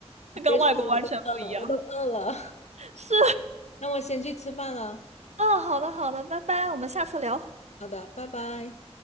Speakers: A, on the right; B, on the left.
A: <laughs> 跟外国完全不一样。
B: 别说了我都饿了，我都饿了，
A: 是
B: <laughs> 那我先去吃饭了。
A: 嗯，好的好的，拜拜，我们下次聊。
B: 好的，拜拜。